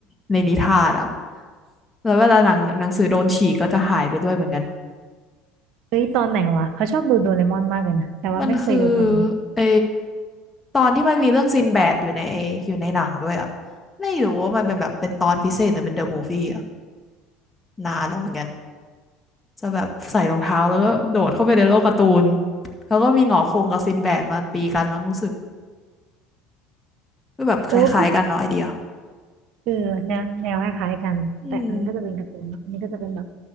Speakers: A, on the left; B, on the right.
A: ในนิทานอะแล้วเวลาหนังหนังสือโดนฉีกก็จะหายไปด้วยเหมือนกัน
B: เฮ้ยตอนไหนวะเขาชอบดูโดเรมอนมากเลยนะแต่ว่าไม่เคยดูตอนนั้น
A: มันคือไอตอนที่มันมีเรื่องซินแบดอยู่ในอยู่ในหนังด้วยอ่ะไม่รู้ว่ามันเป็นแบบเป็นตอนพิเศษหรือเป็นเดอะมูฟวี่อ่ะนานแล้วเหมือนกันจะแบบใส่รองเท้าแล้วก็โดดเข้าไปในโลกการ์ตูนแล้วก็มีหงอคงกับซินแบดมาตีกันแล้วรู้สึกก็แบบคล้ายๆกันเนาะไอเดีย
B: เออก็คือเออแนวแนวคล้ายๆกันแต่อันก็จะเป็นการ์ตูนเนอะอันนี้ก็จะเป็นแบบ
A: อืม